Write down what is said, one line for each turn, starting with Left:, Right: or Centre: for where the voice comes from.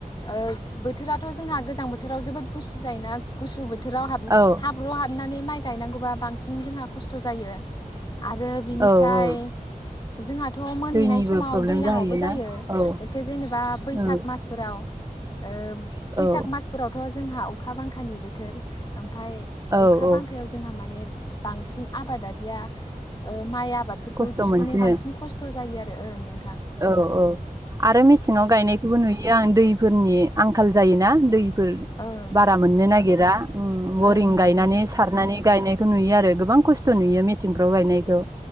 Left: ओ बोथोराथ' जोंहा गोजां बोथोराव जोबोद गुसु जायोना गुसु बोथोराव हाब
Right: औ
Left: हाब्रुआव हाब नानै माइ गायनांगौबा बांसिन जोंहा खस्थ' जायो। आरो बिनिफ्राय
Right: औ औ
Left: जोंहा थ' मोनहैनाय
Right: दैनिबो
Left: समाव
Right: प्रब्लेम
Left: दैलाङावबो
Right: जाहैयोना
Left: जायो
Right: औ
Left: एसे जेनेबा बैसाग
Right: औ
Left: मासफोराव ओ बैसाग
Right: औ
Left: मासफोरावथ' जोंहा अखा बांखानि बोथोर ओम फाय
Right: औ
Left: अखा
Right: औ
Left: बांखायाव जोंहा माने बांसिन आबादारिया ओ माइ आ‌ बादफोरखौ
Right: खस्थ'
Left: थिखोनो
Right: मोनसिनो
Left: बांसिन खस्थ' जायो आ ओ नों
Right: औ औ आरो मेसेङाव गायनायखौबो नुयो आं दैफोरनि आंखाल जायोना फोर
Left: ओं
Right: बारा मोननो नागिरा उम बरिं
Left: ओं नोंथां
Right: गायनानै सारनानै गायनायखौ नुयो आरो गोबां खस्थ' नुयो मेसेंफ्राव गायनायखौ।